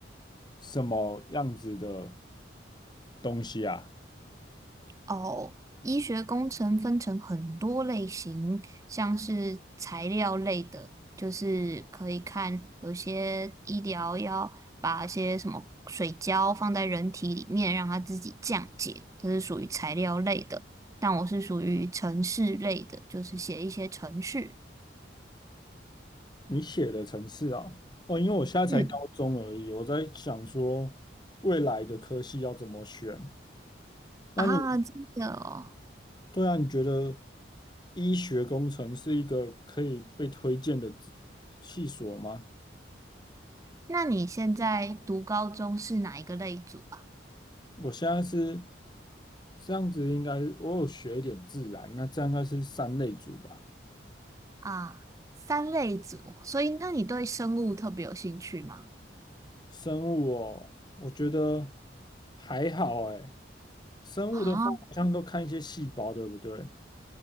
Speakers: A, on the left; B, on the right.
A: 什么样子的东西啊？
B: 哦，医学工程分成很多类型，像是材料类的，就是可以看有些医疗要把一些什么水胶放在人体里面，让它自己降解，这是属于材料类的。但我是属于程式类的，就是写一些程序。
A: 你写的程式啊？哦，因为我现在才高中而已，
B: 嗯，
A: 我在想说未来的科系要怎么选。那你
B: 啊，真的哦。
A: 对啊，你觉得医学工程是一个可以被推荐的职系所吗？
B: 那你现在读高中是哪一个类组啊？
A: 我现在是这样子，应该我有学一点自然，那这样应该是三类组吧。
B: 啊，三类组，所以那你对生物特别有兴趣吗？
A: 生物哦，我觉得还好诶。生物的话，
B: 啊，
A: 好像都看一些细胞，对不对？